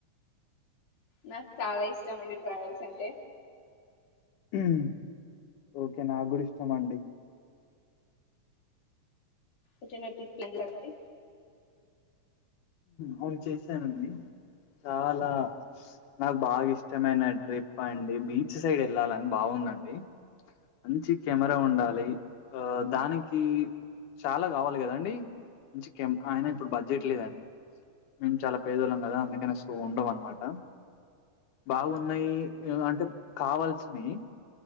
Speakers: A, on the left; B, on the left.
A: నాకు చాలా ఇష్టం అండి ట్రావెల్స్ అంటే
B: మ్ ఓకే నాగ్గుడా ఇష్టమండి
A: ఎటైనా ట్రిప్ ప్లాన్ చేయరా మరి
B: అవును చేశానండి చాలా నాకు బాగా ఇష్టమైన ట్రిప్ అండి బీచ్ సైడ్ వెళ్ళాలని బావు ఉందండి మంచి కెమెరా ఉండాలి ఆ దానికి చాలా గావాలి కదండి మంచి కెం ఆయన ఇప్పుడు బడ్జెట్ లేదండి మేము చాలా పేదోళ్లం కదా అందుకనే సో ఉండవు అన్నమాట బాగున్నాయి అంటే కావాల్సినయ్